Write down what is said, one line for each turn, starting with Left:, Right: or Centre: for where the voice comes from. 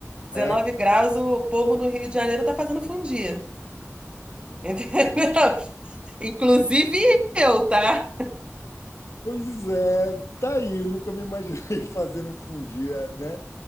Left: é.
Right: 19 graus, o povo no Rio de Janeiro tá fazendo fundir. Entendeu? <laughs> Inclusive eu, tá?
Left: Pois é, tá aí, eu nunca me imaginei <laughs> fazendo um fundia, né?